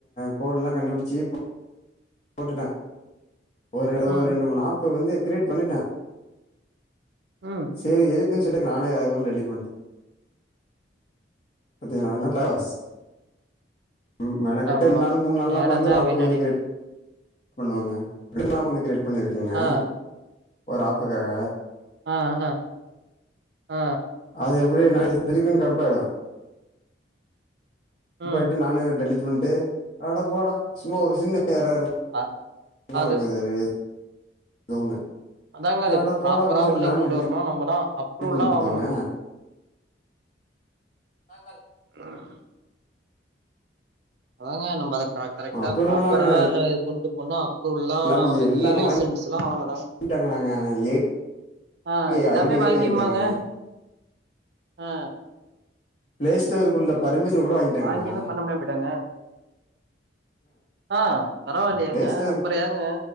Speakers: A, on the left; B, on the right.
A: கோடுல்லா கண்டுபுடிச்சி போட்டுட்ட ஒரு
B: ம்
A: ஒரு ரெண்டு மூணு ஆப்பு வந்து க்ரியேட் பண்ணிட்ட
B: ம்
A: சேரி எதுகுன் சொல்லிட்டு நானே அதுக்கப்றோ டெலிட் பண்ட் பாத்திங்களா அதலா டைம் பாஸ் ம் மெணக்கெட்டு
B: ஆமா
A: ரெண்ட் நாள் மூண் நாள்
B: நேரந்தா
A: நா உக்காஞ்சு ஆப்பு
B: வீணடியுது
A: வந்து க்ரேட் பண்வாங்க <unintelligible> கொஞ்சோ க்ரியேட் பண்ணிருக்குங்க
B: ஆ
A: ஒரு ஆப்புக்காக
B: ஆ ஆ ஆ
A: அது எப்டி நா இருக்குன்னு கடுப்பாயிடுவ
B: ம்.
A: போட்டு நானு டெலீட் பண்ணிட்டு ஆட போட சும்மா ஒரு சின்ன ஏறர்
B: அ
A: <unintelligible>
B: அது
A: தோனு
B: அதாங்க அது
A: ஆடா
B: ப்ராப்பரா
A: போடா அப்டின்னு சொல்லிட்டு
B: உள்ள
A: நா
B: கொண்டு வரணும். நம்பலாம் அப்ரூவ்லாம்
A: <inaudible> பண்ணி பேடுவாங்க
B: வாங்கணுங்க.
A: அங்கல்
B: ஆஹ் அதாங்க நம்ம அத கரெக்டா
A: அப்புறம்லாம்
B: ப்ராப்பரா
A: நாங்கள்
B: கொண்டு போனோ புல்லா
A: எல்லாமே
B: வாங்கி
A: எல்லாமே
B: லைசன்ஸ் எல்லா வாங்னாதாங்க
A: வாங்கிட்டாங்க நாங்கள்
B: ஆ
A: ஏபிஐ
B: எல்லாமே
A: ஐடி வேறு
B: வாங்கிமாங்க
A: வாங்கிட்டாங்க
B: ஆ
A: பிளேஸ்டோருக்குள்ள பர்மிஷன் கூட வாங்கிட்டாங்கனா
B: வாங்கியுமே பண்ண முடியாம போயிட்டாங்க. ஆ பரவாயில்லயாங்க
A: ப்ளே ஸ்டோர்
B: அப்ர ஏங்க